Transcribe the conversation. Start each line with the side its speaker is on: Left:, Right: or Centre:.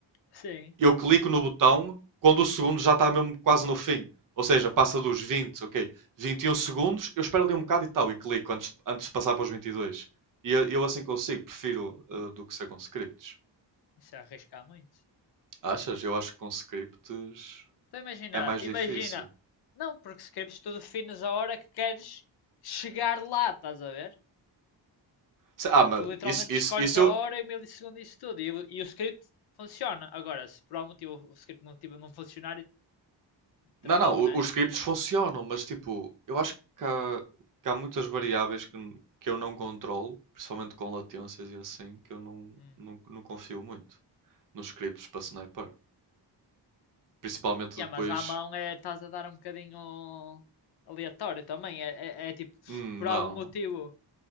Left: Sim.
Right: eu clico no botão quando o segundo já está mesmo quase no fim. Ou seja, passa dos 20, ok, 21 segundos, eu espero ali um bocado e tal, e clico antes, antes de passar para os 22. E dois. E eu, eu assim consigo, prefiro eh, do que ser com scripts.
Left: Isso é arriscar muito.
Right: Achas? Eu acho que com scripts
Left: Então imagina,
Right: é mais
Left: imagina.
Right: difícil.
Left: Não, porque escreves tudo finos a hora que queres chegar lá, estás a ver?
Right: Se- Ah, mas
Left: Tu literalmente
Right: isso, isso,
Left: escolhes
Right: isso
Left: a
Right: eu.
Left: hora e o milissegundo e isso tudo. E, o- e o script funciona. Agora, se por algum motivo o script não, tiver- não funcionar,
Right: Não,
Left: tramou,
Right: não,
Left: né?
Right: o- os scripts funcionam, mas tipo, eu acho que há, que há muitas variáveis que, n- que eu não controlo, principalmente com latências e assim, que eu não,
Left: Hum.
Right: não, não confio muito nos scripts para sniper. Principalmente
Left: Yeah,
Right: depois.
Left: mas à mão é, estás a dar um bocadinho aleatório também. É, é- é tipo,
Right: Hum,
Left: por
Right: não.
Left: algum motivo,